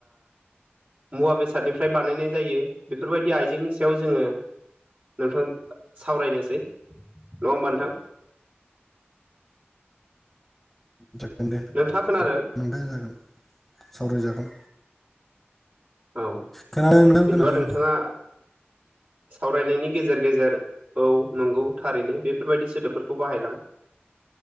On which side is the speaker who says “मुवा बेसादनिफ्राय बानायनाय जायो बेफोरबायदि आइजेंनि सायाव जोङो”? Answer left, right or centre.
Right